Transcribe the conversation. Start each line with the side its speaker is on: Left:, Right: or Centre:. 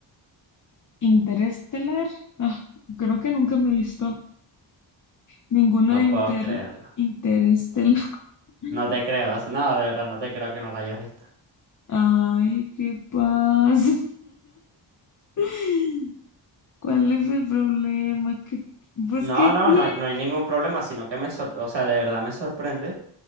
Left: Interestelar. Ah, creo que nunca me he visto ninguna
Right: No
Left: de
Right: puedo
Left: Inter
Right: creerlo.
Left: Interestelar. <laughs>
Right: No te creo, es- no, de verdad, no te creo que no la hayas visto.
Left: Ay, ¿qué pasa? <laughs> ¿Cuál es el problema? ¿Qué- pues,
Right: No,
Left: ¿qué
Right: no,
Left: tiene?
Right: no hay, no hay ningún problema, sino que me, sor- o sea, de verdad me sorprende